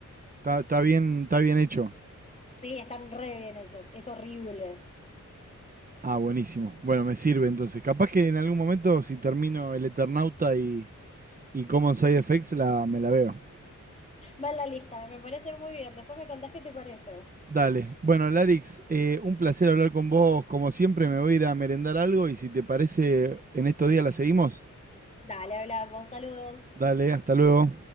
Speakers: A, on the right (about 30°); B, on the left (about 20°).
A: está, está bien, está bien hecho.
B: Sí, están re bien hechos. Es horrible.
A: Ah, buenísimo. Bueno, me sirve entonces. Capaz que en algún momento, si termino el Eternauta y, y Common Side Effects, la, me la veo.
B: Va en la lista, me parece muy bien. Después me contás qué te parece.
A: Dale. Bueno, Larix, eh, un placer hablar con vos. Como siempre, me voy a ir a merendar algo y si te parece, en estos días la seguimos.
B: Dale, hablamos. Saludos.
A: Dale, hasta luego.